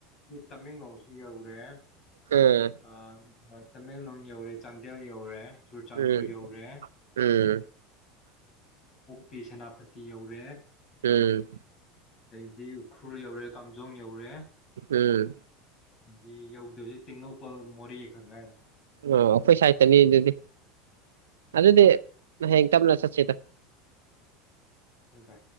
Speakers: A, on the left (about 45°); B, on the right (about 85°).
A: ꯇꯃꯦꯡꯂꯣꯡꯁꯤ ꯌꯧꯔꯦ
B: ꯎꯝ
A: ꯑ ꯇꯃꯦꯡꯂꯣꯡ ꯌꯧꯔꯦ ꯆꯥꯟꯗꯦꯜ ꯌꯧꯔꯦ ꯆꯨꯔꯆꯥꯟꯄꯨꯔ
B: ꯎꯝ
A: ꯌꯧꯔꯦ
B: ꯎꯝ
A: ꯄꯤ ꯁꯦꯅꯥꯄꯇꯤ ꯌꯧꯔꯦ
B: ꯎꯝ
A: ꯑꯗꯩꯗꯤ ꯎꯈ꯭ꯔꯨꯜ ꯌꯧꯔꯦ ꯀꯥꯝꯖꯣꯡ ꯌꯧꯔꯦ
B: ꯎꯝ
A: ꯗꯤ ꯌꯧꯗꯁꯦ ꯇꯦꯡꯅꯧꯄꯜ ꯃꯣꯔꯦ ꯈꯪ ꯍꯥꯏꯥꯏꯔ
B: ꯑꯣ ꯑꯩꯈꯣꯏ ꯁꯥꯏꯠꯇꯅꯤ ꯑꯗꯨꯗꯤ ꯑꯗꯨꯗꯤ
A: ꯎꯝ
B: ꯅꯍ ꯂ ꯆꯠꯦꯗ
A: ꯍꯗꯥ